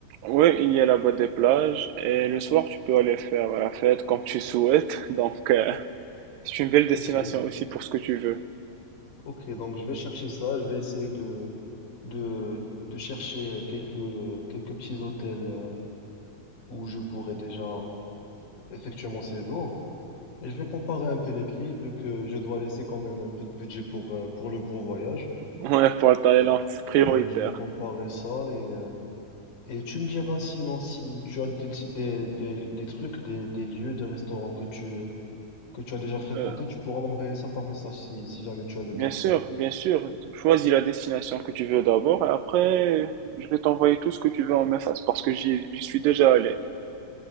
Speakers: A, on the right; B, on the left.
A: Oui, il y a là-bas des plages et le soir, tu peux aller faire la fête comme tu souhaites. <laughs> Donc, euh, C'est une belle destination
B: Ok,
A: aussi pour ce que tu veux.
B: ok. Donc je vais chercher ça. Je vais essayer de, de, de chercher quelques, quelques petits hôtels euh, où je pourrais déjà effectuer mon séjour. Et je vais comparer un peu les prix, vu que je dois laisser quand même un peu de budget pour, euh, pour le gros voyage.
A: Ouais, pour la Thaïlande, c'est prioritaire.
B: Euh, je vais comparer ça et, euh, et tu me diras sinon si tu as des, des, des, des trucs, des, des lieux, des restaurants que tu, que tu as déjà fréquentés,
A: Euh,
B: tu pourras m'envoyer ça par message si, si jamais tu as le
A: bien
B: temps.
A: sûr, bien sûr. Choisis la destination que tu veux d'abord et après, je vais t'envoyer tout ce que tu veux en message parce que j'y j'y suis déjà allé.